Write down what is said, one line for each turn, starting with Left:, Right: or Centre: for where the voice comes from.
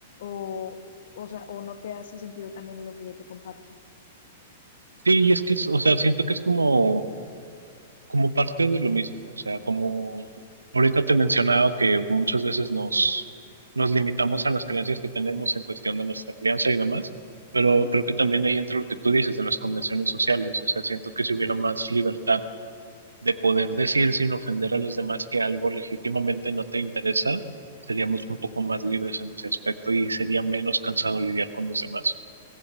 Left: o, o sea, o no te hace sentido también lo que yo te comparto.
Right: Sí, y es que, es- o sea, siento que es como como parte de lo mismo, o sea, como ahorita te mencionaba que muchas veces nos, nos limitamos a las creencias que tenemos en cuestión de nuestra crianza y demás, pero
Left: Ujú.
Right: creo que también ahí entra lo que tú dices de las convenciones sociales, o sea, siento que si hubiera más libertad de poder decir sin ofender a los demás que algo legítimamente no te interesa, seríamos un poco más libres en ese aspecto y sería menos cansado lidiar con los demás.